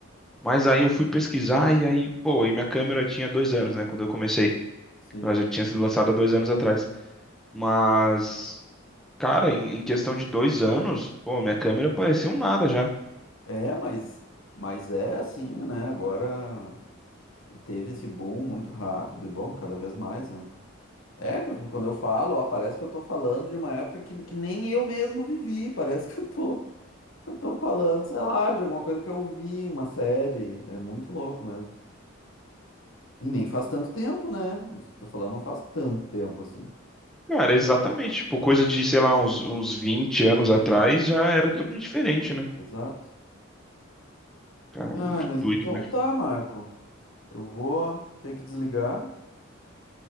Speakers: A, in the centre; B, on the left.
A: mas aí eu fui pesquisar e aí, pô, e minha câmera tinha dois anos, né? Quando eu comecei.
B: sim.
A: Ela já tinha sido lançada há dois anos atrás. Mas, cara, em, em questão de dois anos, pô, minha câmera parecia um nada já.
B: É, mas, mas é assim, né? Agora teve esse boom muito rápido e bom, cada vez mais, né? É, quando quando eu falo, ó, parece que eu tô falando de uma época que, que nem eu mesmo vivi, parece que eu tô, Eu tô falando, sei lá, de alguma coisa que eu vi, uma série. É muito louco mesmo. E nem faz tanto tempo, né? Isso que eu tô falando não faz tanto tempo assim.
A: Cara, exatamente. Tipo,
B: É.
A: coisa de, sei lá, uns, uns 20 anos atrás já era
B: Sim,
A: totalmente diferente, né?
B: exato.
A: Cara,
B: Ai,
A: muito
B: mas
A: doido
B: então
A: mesmo.
B: tá, Marco. Eu vou ter que desligar.